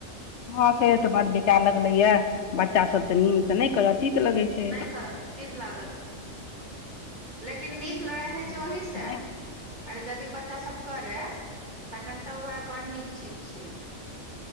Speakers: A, on the left; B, on the right.
A: हँं से
B: सेहो
A: तऽ बड़ बिकाय लगले ये बच्चा सब ते नीम से नहि करत। तीत लगै छै
B: नहि करत तीित लागत लेकिन नीक लड़इ
A: लेकिन
B: होइ छै ओहि
A: हम अपने
B: से आ यदि बच्चा सब करे तखन तऽ उह बड्ड नीक चीज छियै।